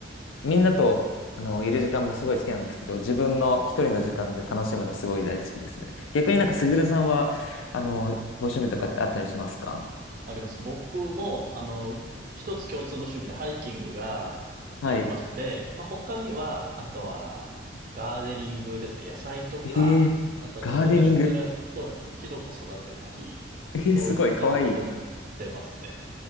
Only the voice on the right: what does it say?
はい。
あります。僕も、あの、い一つ共通の趣味でハイキングがありまして、
まあ、他には、あとは、ガーデニングですね。野菜とか、
あとはちょっと珍し
そうですよ。キノコ育てたり、
そういったこともしてますね。